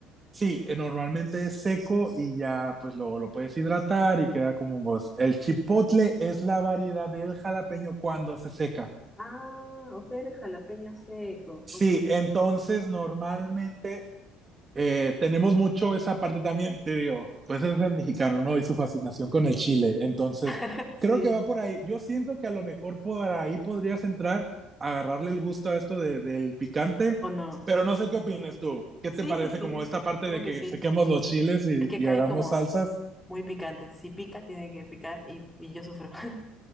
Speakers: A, on the right (about 25°); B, in the centre.
A: Sí, eh, normalmente es seco y ya pues luego lo puedes hidratar y queda como vos. El chipotle es la variedad del jalapeño cuando se seca.
B: Ah, o sea, era el jalapeño seco.
A: Sí,
B: Ok.
A: entonces normalmente eh, tenemos mucho esa parte también, te digo, pues es el mexicano, ¿no? Y su fascinación con el chile. Entonces,
B: <laughs>
A: creo
B: Sí.
A: que va por ahí. Yo siento que a lo mejor por ahí podrías entrar, agarrarle el gusto a esto de- del picante,
B: ¿O no?
A: pero no sé qué opinas tú. ¿Qué
B: Sí,
A: te parece
B: sí, sí.
A: como esta parte
B: Creo
A: de
B: que
A: que
B: sí.
A: sequemos los chiles y,
B: Es que acá
A: y hagamos
B: hay como
A: salsas?
B: muy picante. Si pica, tiene que picar y, y yo sufro. <laughs>